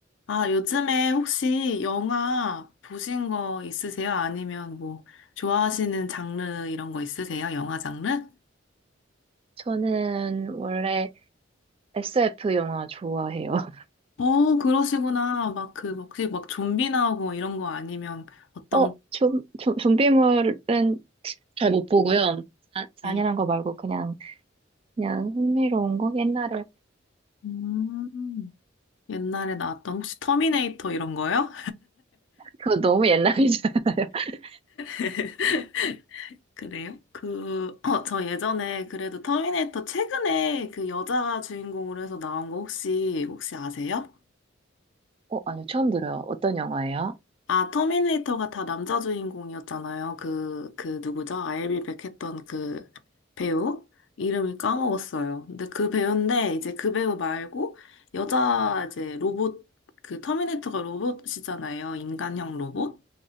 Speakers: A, on the left; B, on the right.
A: 아, 요즘에 혹시 영화 보신 거 있으세요? 아니면 뭐 좋아하시는 장르 이런 거 있으세요? 영화 장르?
B: 저는 원래 SF 영화 좋아해요. <laughs>
A: 어, 그러시구나. 막 그, 막 혹시 막 좀비 나오고 이런 거 아니면 어떤,
B: 어, 좀, 좀, 좀비물은 잘 못 보고요. 자, 잔인한
A: 네.
B: 거 말고 그냥, 그냥 흥미로운 거? 옛날에.
A: 음, 옛날에 나왔던 혹시 터미네이터 이런 거요?
B: 그거 너무 옛날이잖아요. <laughs>
A: <laughs> 그래요? 그, 어, 저 예전에 그래도 터미네이터 최근에 그 여자 주인공으로 해서 나온 거 혹시, 혹시 아세요?
B: 어, 아니요. 처음 들어요. 어떤 영화예요?
A: 아, 터미네이터가 다 남자 주인공이었잖아요. 그, 그 누구죠? 아일비 백 했던 그 배우? 이름을 까먹었어요. 근데 그 배우인데, 이제 그 배우 말고, 여자 이제 로봇, 그 터미네이터가 로봇이잖아요. 인간형 로봇?